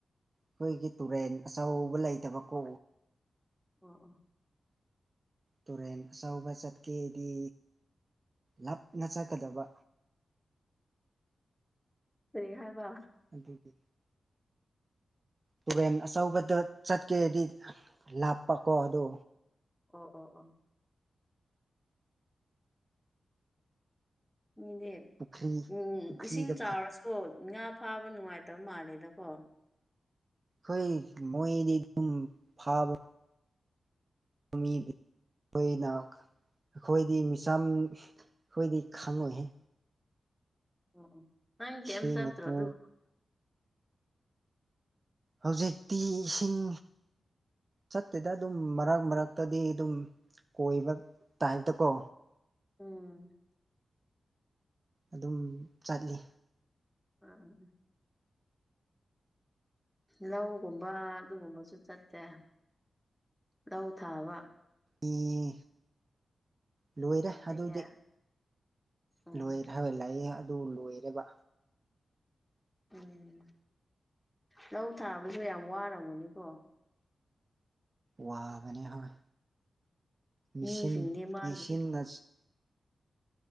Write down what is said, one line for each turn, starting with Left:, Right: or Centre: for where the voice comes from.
Right: ꯑꯩꯈꯣꯏꯒꯤ ꯇꯨꯔꯦꯟ ꯑꯆꯧꯕ ꯂꯩꯇꯕ ꯀꯣ
Centre: ꯑꯣ ꯑꯣ
Right: ꯇꯨꯔꯦꯟ ꯑꯆꯧꯕ ꯆꯠꯀꯦꯗꯤ ꯂꯞꯅ ꯆꯠꯀꯗꯕ
Centre: ꯀꯔꯤ ꯍꯥꯏꯕ
Right: ꯑꯗꯨꯒꯤ ꯇꯨꯔꯦꯟ ꯑꯆꯧꯕꯗ ꯆꯠꯀꯦꯗꯤ ꯂꯥꯞꯄꯀꯣ ꯑꯗꯣ
Centre: ꯑꯣ ꯑꯣ ꯑꯣ ꯃꯤꯗꯤ
Right: ꯄꯨꯈ꯭ꯔꯤ
Centre: ꯎꯝ
Right: ꯄꯨꯈ꯭ꯔꯤꯗ
Centre: ꯏꯁꯤꯡ ꯆꯥꯎꯔꯁꯨ ꯑꯣ ꯉꯥ ꯐꯥꯕ ꯅꯨꯡꯉꯥꯏꯇꯕ ꯃꯥꯜꯂꯦꯗꯀꯣ
Right: ꯍꯣꯏ ꯃꯣꯏꯗꯤ ꯗꯨꯡ ꯐꯥꯕ ꯃꯤꯗꯤ ꯈꯣꯏꯅ ꯑꯩꯈꯣꯏꯗꯤ ꯃꯤꯆꯝ ꯑꯩꯈꯣꯏꯗꯤ ꯈꯪꯉꯣꯏꯍꯦ
Centre: ꯎꯝ ꯎꯝ ꯅꯪ ꯀꯦꯝ
Right: ꯏꯁꯤꯡꯅ
Centre: ꯆꯠꯇ꯭ꯔꯣ
Right: ꯄꯨ
Centre: ꯑꯗꯨ
Right: ꯍꯧꯖꯤꯛꯇꯤ ꯏꯁꯤꯡ ꯆꯠꯇꯦꯗ ꯑꯗꯨꯝ ꯃꯔꯛ ꯃꯔꯛꯇꯗꯤ ꯑꯗꯨꯝ ꯀꯣꯏꯕ ꯇꯥꯏꯞꯇꯀꯣ
Centre: ꯎꯝ
Right: ꯑꯗꯨꯝ ꯆꯠꯂꯤ
Centre: ꯑꯥ ꯂꯧꯒꯨꯝꯕ ꯑꯗꯨꯒꯨꯝꯕꯁꯨ ꯆꯠꯇꯦ ꯂꯧ ꯊꯥꯕ
Right: ꯏꯏ ꯂꯣꯏꯔꯦ
Centre: ꯂꯩꯌꯦ
Right: ꯑꯗꯨꯗꯤ
Centre: ꯎꯝ
Right: ꯂꯣꯏꯔꯦ ꯍꯥꯏꯕ ꯂꯩꯌꯦ ꯑꯗꯨ ꯂꯣꯏꯔꯦꯕ
Centre: ꯎꯝ ꯂꯧ ꯊꯥꯕꯁꯨ ꯌꯥꯝ ꯋꯥꯔꯝꯒꯅꯤꯀꯣ
Right: ꯋꯥꯕꯅꯦ ꯍꯣꯏ ꯃꯤꯁꯤꯡ
Centre: ꯃꯤꯁꯤꯡꯗꯤ ꯃꯥꯒꯤ
Right: ꯃꯤꯁꯤꯡ ꯅꯥꯁꯤꯡ